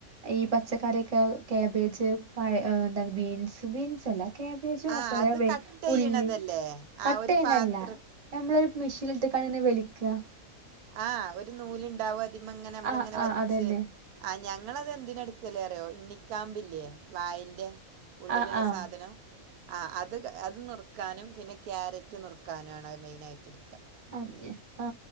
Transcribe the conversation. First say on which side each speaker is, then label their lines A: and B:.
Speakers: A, on the right (about 35°); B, on the right (about 80°).
A: ഈ പച്ചക്കറിയൊക്കെ കാബേജ് പ എന്താ ബീൻസ് ബീൻസ് അല്ല കാബേജും
B: ആഹ്
A: അതുപോലെ
B: അത് കട്ട് ചെയ്യണതല്ലേ
A: ഉള്ളി കട്ട്
B: ആ ഒരു
A: ചെയ്യുന്നല്ല
B: പാത്ര
A: നമ്മളൊരു മെഷീൻ ഇട്ടങ്ങാണ്ട് വെലി <unintelligible>
B: ആ ഒരു നൂല് ഉണ്ടാവും അതിമേ ഇങ്ങനെ നമ്മള്
A: ആ
B: ഇങ്ങനെ
A: ആ
B: വലിച്ച്
A: അതന്നെ
B: ആ ഞ ങ്ങള് അതെന്തിനാ എടുക്കല് അറിയോ ഇണ്ണിക്കാമ്പില്ലേ വാഴേന്റെ ഉള്ളിലുള്ള
A: ആ ആ
B: സാധനം ആ അത് അത് നുറു കാനും പിന്നെ ക്യാരറ്റ് നുറുക്കാനും ആണ് അത് മെയിന് ആയിട്ട് ഇട്ക്ക
A: എ ആ